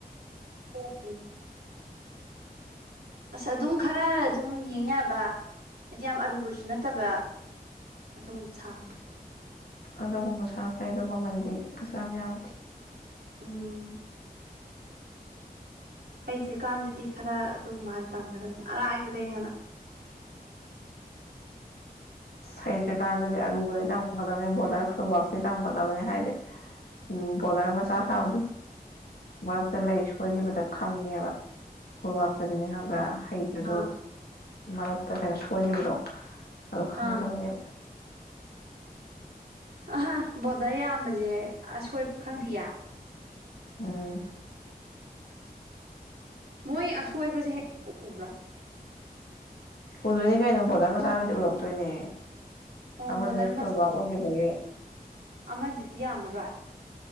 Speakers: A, on the right; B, on the left.
A: ꯍꯅꯤ ꯑꯁ ꯑꯗꯨꯝ ꯈꯔ ꯑꯗꯨꯝ ꯌꯦꯡ ꯌꯥꯕ ꯍꯥꯏꯗꯤ ꯌꯥꯝ ꯑꯔꯨꯕꯁꯨ ꯅꯠꯇꯕ ꯑꯗꯨꯝ ꯁꯅ ꯐꯩ
B: ꯑꯗꯨꯒꯨꯝꯕ ꯁꯥꯈꯩ ꯑꯗꯣ ꯃꯃꯟꯗꯤ ꯀꯩꯁꯨ ꯌꯥꯝ ꯌꯥꯝꯗꯦ
A: ꯎꯝ ꯍꯩꯇ꯭ꯔꯤꯀꯥꯟꯗꯗꯤ ꯈꯔ ꯑꯗꯨ ꯃꯥꯅ ꯇꯝꯒꯗꯕꯅꯤ ꯑꯔꯥꯏꯕꯗꯩ ꯍꯥꯟꯅ
B: ꯍꯩꯇ꯭ꯔꯤꯀꯥꯟꯗꯗꯤ ꯑꯔꯨꯕꯗ ꯇꯝꯒꯗꯕꯅꯤ ꯕꯣꯔꯗꯔ ꯐꯨꯠꯕꯇꯩꯩ ꯇꯝꯒꯗꯕꯅꯤ ꯍꯥꯏꯗꯤ ꯎ ꯕꯣꯔꯗꯔ ꯃꯆꯥ ꯁꯥꯕꯗꯨ ꯃꯔꯛꯇ ꯂꯩ ꯁꯣꯏꯈꯤꯕꯗ ꯈꯪꯉꯦꯕ ꯐꯧꯕꯥꯛꯇꯗꯤꯅꯦ ꯈꯪꯕ꯭ꯔꯥ ꯍꯩꯇꯁꯨ
A: ꯑꯥ
B: ꯃꯔꯛꯇ ꯀꯩꯅꯣ ꯁꯣꯏꯈꯤꯕꯗꯣ ꯑꯗꯣ ꯈꯪꯗꯕꯅꯦ
A: ꯑꯥ ꯑꯍꯥ ꯕꯣꯔꯗꯔ ꯌꯥꯝꯕꯁꯦ ꯑꯁꯣꯏꯕ ꯈꯪꯗꯦꯌꯥ
B: ꯑꯥ
A: ꯃꯣꯏ ꯑꯁꯣꯏꯕꯁꯦ ꯍꯦꯛ ꯎꯕ꯭ꯔꯥ
B: ꯎꯗꯣꯏꯅꯤ ꯀꯩꯅꯣ ꯕꯣꯔꯗꯔ ꯃꯆꯥꯗꯗꯤ ꯎꯔꯛꯇꯣꯏꯅꯦ
A: ꯑꯣ
B: ꯑꯃꯗꯨꯅꯦ
A: ꯕꯣꯔꯗꯔ
B: ꯐꯨꯜꯕꯥꯛ ꯑꯣꯏꯈꯤꯕꯒꯤ
A: ꯑꯃꯗꯤ ꯌꯥꯝꯃꯔꯣꯏ